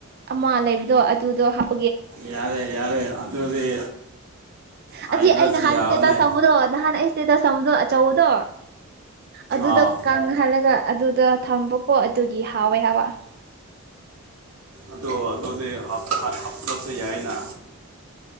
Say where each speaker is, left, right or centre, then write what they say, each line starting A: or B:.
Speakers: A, on the right; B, on the right.
A: ꯑꯃ ꯂꯩꯕꯗꯣ ꯑꯗꯨꯗꯣ ꯍꯥꯞ
B: ꯌꯥꯔꯦ ꯌꯥꯔꯦ ꯑꯗꯨꯗꯤ ꯍꯥꯏꯗ꯭ꯔꯁꯨ
A: ꯑꯁꯤ ꯑꯩ ꯅꯍꯥꯟ
B: ꯌꯥꯕꯅꯦ
A: ꯏꯁꯇꯦꯇꯥꯁ ꯇꯝꯕꯗꯣ ꯅꯍꯥꯟ ꯑꯩ ꯏꯁꯇꯦꯇꯁ ꯇꯝꯕꯗꯣ ꯑꯆꯧꯕꯗꯣ ꯑꯗꯨꯗ
B: ꯑꯥ
A: ꯀꯪ ꯍꯥꯜꯂꯒ ꯑꯗꯨꯗ ꯊꯝꯕꯀꯣ ꯑꯗꯨꯒꯤ ꯍꯥꯎꯋꯦ ꯍꯥꯏꯕ꯫
B: ꯑꯗꯣ ꯑꯗꯨꯗꯤ ꯍꯥꯌ ꯍꯥ ꯍꯥꯞꯇ꯭ꯔꯁꯨ ꯌꯥꯏꯅ꯫